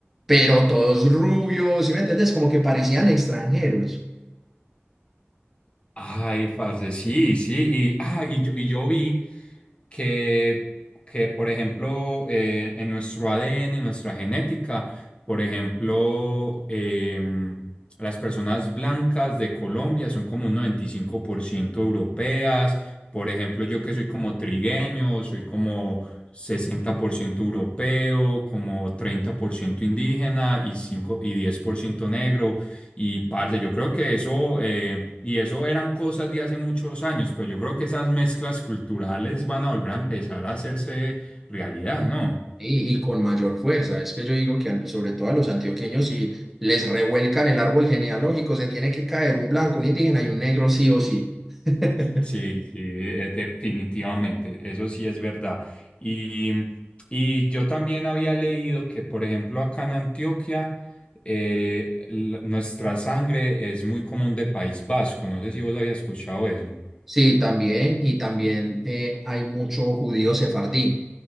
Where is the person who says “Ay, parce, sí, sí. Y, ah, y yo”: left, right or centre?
Left